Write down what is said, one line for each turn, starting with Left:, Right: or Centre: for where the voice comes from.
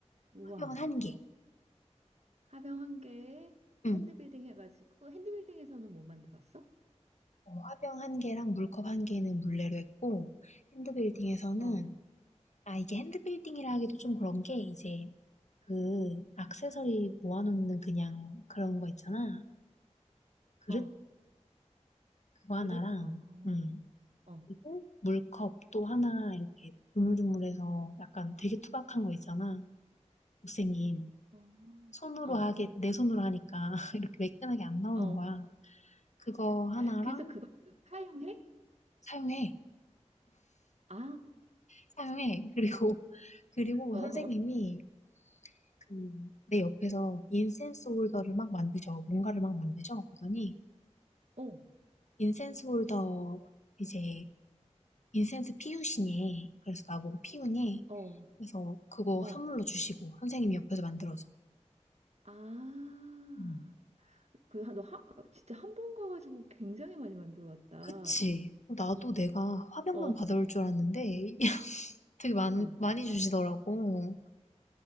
Right: 우와.
Left: 화병 한 개.
Right: 화병 한 개에
Left: 응.
Right: 핸드빌딩 해가지고, 핸드빌딩에서는 뭐 만들었어?
Left: 어, 화병 한 개랑 물컵 한 개는 물레로 했고, 핸드빌딩에서는,
Right: 어,
Left: 아, 이게 핸드빌딩이라 하기도 좀 그런 게, 이제, 그, 액세서리 모아놓는 그냥 그런 거 있잖아. 그릇?
Right: 어,
Left: 그거
Right: 그릇?
Left: 하나랑,
Right: 어,
Left: 음.
Right: 어,
Left: 그리고 물컵 또 하나, 이렇게, 조물조물해서 약간 되게 투박한 거 있잖아. 못생긴.
Right: 어,
Left: 손으로
Right: 어,
Left: 하게, 내 손으로 하니까, <laughs> 이렇게 매끈하게 안 나오는
Right: 어.
Left: 거야. 그거 하나랑
Right: 그래서 그걸 지금 사용해?
Left: 사용해.
Right: 아,
Left: 사용해. <laughs> 그리고, 그리고
Right: 어,
Left: 선생님이 그, 내 옆에서 인센스 홀더를 막 만드죠. 뭔가를 막 만드죠. 그러더니,
Right: 어,
Left: 인센스 홀더, 이제, 인센스 피우시니. 그래서 나보고 피우니.
Right: 어,
Left: 그래서 그거
Right: 어.
Left: 선물로 주시고, 선생님이 옆에서 만들어서.
Right: 아,
Left: 음.
Right: 그, 너 하, 진짜 한 번 가가지고 굉장히 많이 만들어 왔다.
Left: 그치. 나도 내가 화병만
Right: 어,
Left: 받아올 줄 알았는데, <laughs> 되게 많,
Right: 응.
Left: 많이 주시더라고.